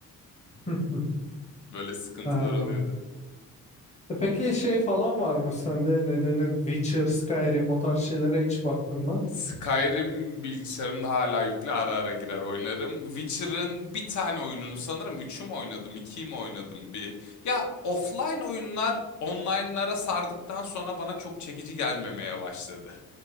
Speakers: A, on the left; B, on the left.
A: <laughs> Hı hı.
B: Böyle sıkıntılar
A: Ha.
B: oluyordu.
A: E Peki şey falan var mı sende ne denir Witcher, Skyrim o tarz şeylere hiç baktın mı?
B: Skyrim bilgisayarımda hala yüklü ara ara girer oynarım. Witcher'ın bir tane oyununu sanırım 3'ü mü oynadım 2'yi mi oynadım bir. Ya offline oyunlar online'lara sardıktan sonra bana çok çekici gelmemeye başladı.